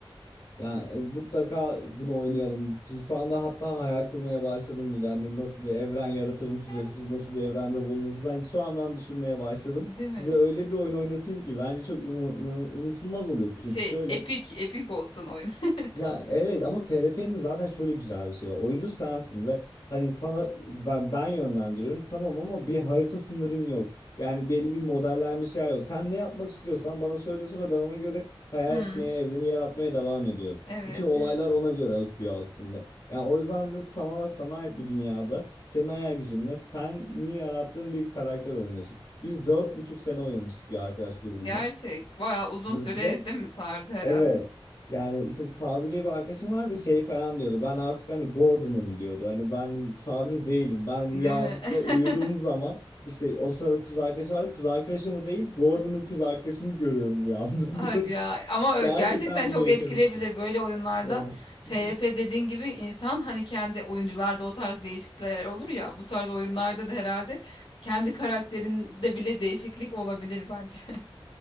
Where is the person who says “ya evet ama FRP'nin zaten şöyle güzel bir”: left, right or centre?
Left